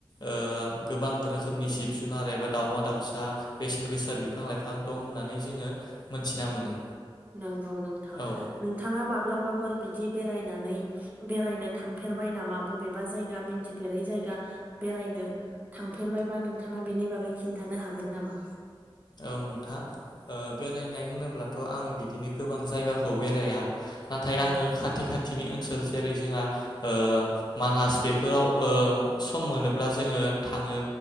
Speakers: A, on the left; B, on the right.
A: ओ गोबां रोखोमनि जिब जुनार एबा दाउमा दाउसा बेसेन गो गोसा बिफां लाइफां दं होननानै जोङो मोनथिना मोनो।
B: नंगौ नोंथां
A: औ
B: नोंथाङा माब्लाबाफोर बिदि बेरायनो नानै बेरायनो थांफेरबाय नामा बबेबा जायगा मिथिफेरै जायगा बेरायनो थांफेरबायबा नोंथाङा बेनि बागै खिन्थानो हागोन नामा?
A: औ नोंथां ओ बेरायनाय होनोब्लाथ' आङो बिदिनो गोबां जायगाखौ बेराया। नाथाय
B: औ
A: आङो खाथि खाथिनि ओनसो सोल जेरै जोंहा ओ मानास बेफोराव ओ सम मोनोब्ला जोङो थाङो